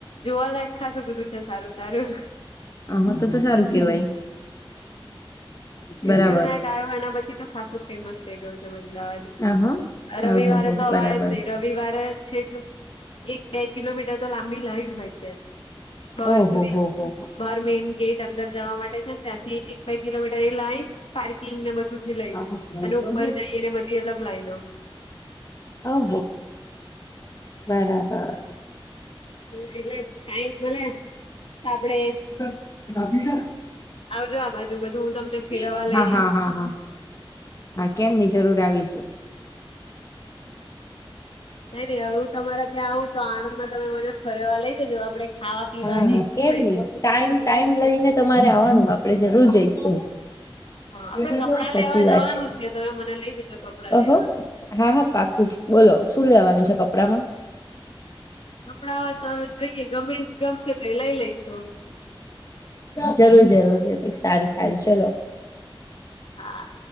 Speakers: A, on the left; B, on the left.
A: જોવાલાયક ખાસું બધું છે સારું સારું
B: અ તો તો સારું કેવાય
A: સિદ્ધિ
B: બરાબર
A: વિનાયક આવ્યો એના પછી તો ખાસું ફેમસ થઈ ગયું છે અમદાવાદ
B: આહ
A: રવિવારે
B: ઓહો હો
A: તો અવા
B: બરાબર
A: જ નહી રિ િવારે છે એક બે કિલોમીટર તો લાંબી લાઈન હોય છે બહાર
B: ઓહો
A: સુધી
B: હો હો
A: બહાર મેઈન ગેટ અંદર જવા માટે છે ને ત્યાંથી એક બાય કિલોમીટર કરી લઇન પાર્કિંગ ને બધું થી લઈને
B: ઓહો બરાબર.
A: અને ઉપર જઈને બધી અલગ લાઈન
B: ઓહ બરાબર
A: હ એટલે ટાઈમ મળે તો આપડે
B: કપી
A: આવજો આ બાજુ બધું હું તમને ફેરવવા
B: છે
A: લઈ
B: હા
A: જઈશ
B: હા હા હા હા કેમ ની જરૂર આવીશું
A: નઈ નઈ હવે હું તમારા ત્યાં આવું તો આણંદમાં તમે મને ફરવા લઈ જજો આપડણે ખાવા પીવા
B: હા
A: જઈ શું
B: કેમ
A: હોય
B: નહી ટાઈમ ટાઈમ લઈને તમારે આવાનું આપડણે જરૂર જઈશું
A: આપડે
B: <unintelligible>
A: કપડાં
B: સાચી
A: લેવા
B: વાત
A: જવાનું
B: છે
A: તમે મને લઈ જજો કપડાં
B: અહો
A: લેવા
B: હા હા પાકું બોલો શું લેવાનું છે, કપડામાં
A: કપડા તો જોઈએ ગમે ગમેશે તો એ લઈ લઈશ
B: જરૂર જરૂર જરૂર સારું સારું ચલો
A: હા